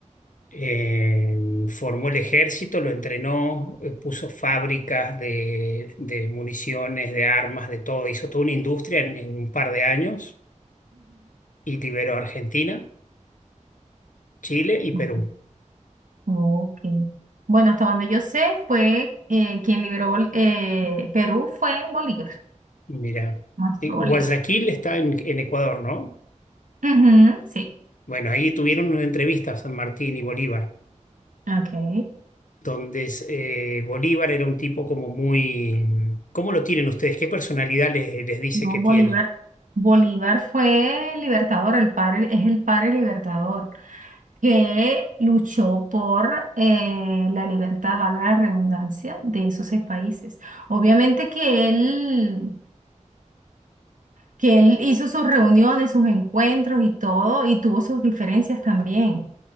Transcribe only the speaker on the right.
ujú. Ok. Bueno, hasta donde yo sé, fue eh, quien liberó Bol- eh, Perú fue Bolívar.
Nuestro
Bolívar.
Ujú, sí.
Ok.
No,
Bolívar.
Bolívar fue libertador, el padre, es el padre libertador, que luchó por eh, la libertad, valga la redundancia, de esos seis países. Obviamente que él, que él hizo sus reuniones, sus encuentros y todo, y tuvo sus diferencias también